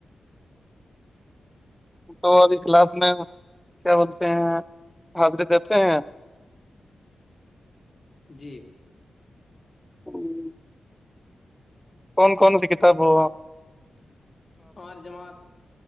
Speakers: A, in the centre; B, on the left (about 45°).
A: تو اور کلاس میں کیا بولتے ہیں حاضری دیتے ہیں
B: جی
A: ہوں کون کون سی کتاب ہو
B: اورار جمع